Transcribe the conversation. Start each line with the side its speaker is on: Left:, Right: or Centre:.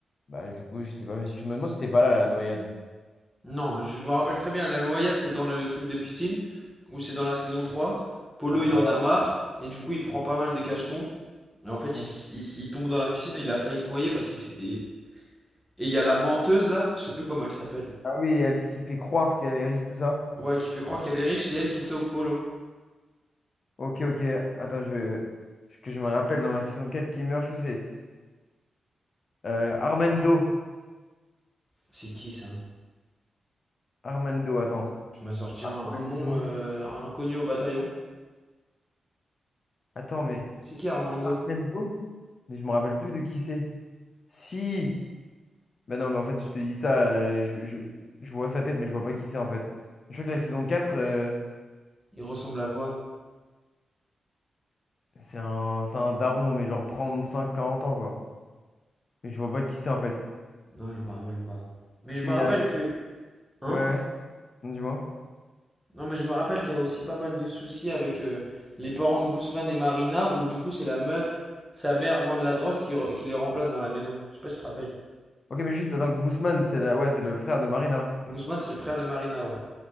Left: Bah, du coup, je sais pas, mais je me demande si t'es pas là, là, la noyade.
Centre: Non, je me rappelle très bien. La noyade, c'est dans le truc de piscine, ou c'est dans la saison 3. Polo,
Left: Attends,
Centre: il
Left: je
Centre: en
Left: vais
Centre: a marre, et du coup, il prend pas mal de cachetons. Et en fait,
Left: regarder.
Centre: il, s- il s- il tombe dans la piscine et il a failli se noyer parce qu'il s'était. Et il y a la menteuse là, je sais plus comment elle s'appelle.
Left: Ah oui, elle, ce qui fait croire qu'elle est riche, tout ça.
Centre: Ouais, qui fait croire qu'elle est riche, c'est elle qui sauve Polo.
Left: Ok, ok. Attends, je... je- que je me rappelle dans la saison 4 qui meurt, je trouve, c'est. Euh, Armando.
Centre: C'est qui ça?
Left: Armando, attends.
Centre: Tu m'as sorti
Left: Armando.
Centre: un, un nom euh, inconnu au bataillon.
Left: Attends, mais
Centre: C'est qui Armando?
Left: Armando? Mais je me rappelle plus de qui c'est. Si! Ben non, mais en fait, je te dis ça, euh, je, je- je vois sa tête, mais je vois pas qui c'est en fait. Je crois que la saison 4, euh,
Centre: Il ressemble à quoi?
Left: c'est un, c'est un daron, mais genre trente, cinq, quarante ans, quoi. Mais je vois pas qui c'est en fait.
Centre: Non, je me rappelle pas. Mais
Left: Parce
Centre: je
Left: qu'il
Centre: me rappelle
Left: y a le.
Centre: que... Hein?
Left: Ouais, ouais, dis-moi.
Centre: Non, mais je me rappelle qu'il y a aussi pas mal de soucis avec euh, les parents de Guzman et Marina, où du coup c'est la meuf, sa mère vend de la drogue qui, re- qui les remplace dans la maison. Je sais pas si tu te rappelles.
Left: Ok, mais juste, attends, Guzman, c'est la- ouais, c'est le frère de Marina.
Centre: Guzman, c'est le frère de Marina, ouais.